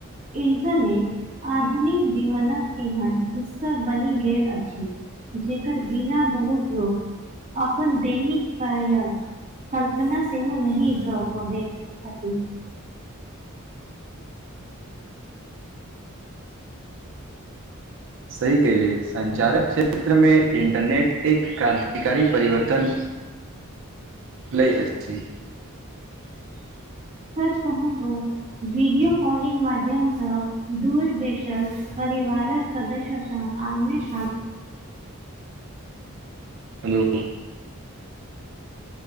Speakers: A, on the right (about 35°); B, on the right (about 60°).
A: इंटरनेट आधुनिक जीवनक केहन हिस्सा बनि गेल अछि जेकर बिना बहुत लोक अपन दैनिक कार्यक कल्पना सेहो नहि भ पबैत <unintelligible>
B: सही केहले संच्चारक क्षेत्रमे इंटरनेट एक क्रानतिकारी परिवर्तन लै अछि <inaudible>
A: सच कहू तऽ भीडियओ कॉलिंग मध्यमसँ दूर बेसल परिवारक सदस्य स आमने सामने
B: हेलो।